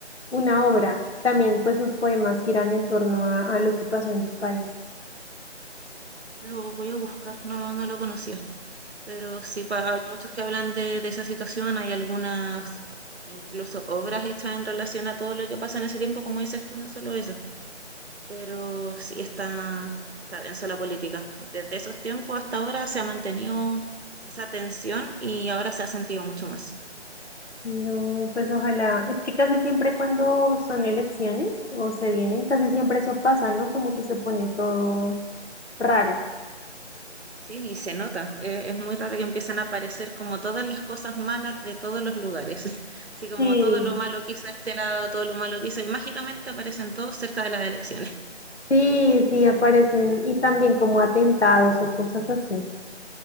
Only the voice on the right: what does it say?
Lo voy a buscar, no, no, no lo conocía, pero sí, pa- hay muchos que hablan de, de esa situación, hay algunas incluso obras hechas en relación a todo lo que pasa en ese tiempo, como dices tú, no solo eso, pero sí está, está denso la política. Desde esos tiempos hasta ahora se ha mantenido esa tensión y ahora se ha sentido mucho más.
Sí, y se nota. Eh, es muy raro que empiezan a aparecer como todas las cosas malas de todos los lugares. <laughs> Así como
todo lo malo que hizo este lado, todo lo malo que hizo, y mágicamente aparecen todos cerca de las elecciones. <laughs>